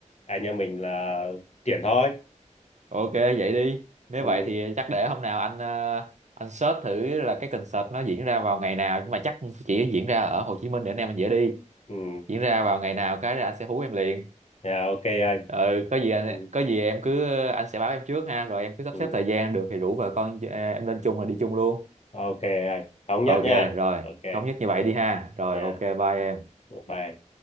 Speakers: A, on the left; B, on the right.
A: anh em mình là triển thôi
B: ok vậy đi nếu
A: ừ,
B: vậy thì chắc để hôm nào anh ờ, anh search thử là cái concert nó diễn ra vào ngày nào nhưng mà chắc chỉ diễn ra ở Hồ Chí Minh để anh em mình dễ đi
A: ừ.
B: diễn ra vào ngày nào cái là anh sẽ hú em liền
A: Dạ, ok anh
B: ừ có gì anh,
A: ừ,
B: có gì em cứ anh sẽ báo em trước ha rồi em cứ sắp
A: ừ.
B: xếp thời gian được thì rủ vợ con ờ, em lên chung là đi chung luôn
A: ok anh thống
B: ok
A: nhất nha
B: rồi
A: ok
B: thống nhất như vậy đi ha rồi
A: dạ
B: ok bye em
A: bye